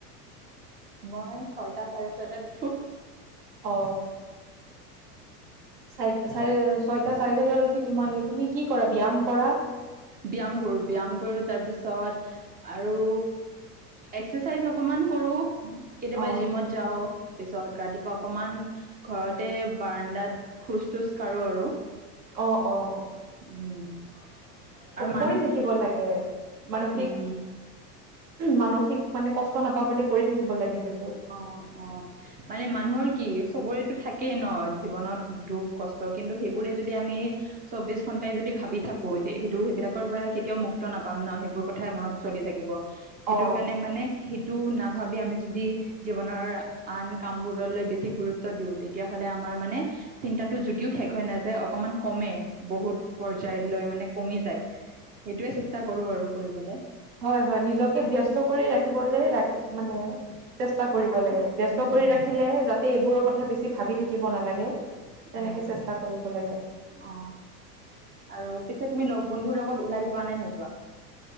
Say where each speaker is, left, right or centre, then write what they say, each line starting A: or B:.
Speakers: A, on the right; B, on the right.
A: মই ছয়টা চাৰে ছয়টাাতো ।
B: অ চাৰে চাৰে ছয়টা চাৰে চাৰি বাত উঠি তোমাৰ তুমি কি কৰা ব্যায়াম কৰা ।
A: ব্য্ায়াম কৰো ব্যয়ায়াম কৰো তাৰপিছত আৰু এক্সাৰচাইজ অকমান কৰো । কেতিয়াবা
B: অ
A: জিমত যাও পিছত ৰাতিপুৱা অকমান ঘৰতে বাৰাণ্দাত খোজ তোজ কাঢ়ো আৰু।
B: অঁ অঁ
A: উম আৰু মানুহ
B: কৰি থাকিব লাগে মানসিক
A: উম
B: মানসিক। মানে কষ্ট নাপাব বুলি কৰি থাকিব লাগে সেই।
A: অঁ অঁ মানে মানুহৰ কি সবৰেতো থাকেই ন জীৱনত দুখ কষ্ট কিন্তু সেইবোৰে যদি আমি চৌবিশ ঘন্টাই যদি ভাবি থাকো সেইটো সেইবিলাকৰ পৰা কেতিয়াও মুক্ত নাপাম ন সেইবোৰ কথাই মনত চলি থাকিব <unintelligible> সেইটোৰ
B: অ
A: কাৰণে মানে শ তটো নাভাবি আমি যদি জীৱনৰ আন কামবোৰলৈ বেছি গুৰুত্ব দিও তেতিয়াাহ'লে আমাৰ মানে চিন্তাটো যদিও শেষ হৈ নাযায় অকমান কমে বহুত পৰ্যায়লৈ মানে কমি যায় সেইটোোৱে চেষ্টা কৰো আৰু কৰিবলৈ <unintelligible>
B: হয় হয় নিজকে ব্যস্ত কৰি ৰাখিবলৈ ৰাখি মানে <unintelligible> চেষ্টা কৰিব
A: আশাটো
B: লাগে ব্স্ত
A: উম
B: কৰি
A: উম
B: ৰাখিলে যাতে এইবোৰৰ কথা বেছি ভাবি থাকে <unintelligible> শিকিব নালাগে। তেনেকে
A: অ
B: চেষ্টা কৰিব লাগে
A: অ আৰু পিছে তুমি লগ বন্ধুৰ লগত ওলাই যোৱা নে নো যোৱা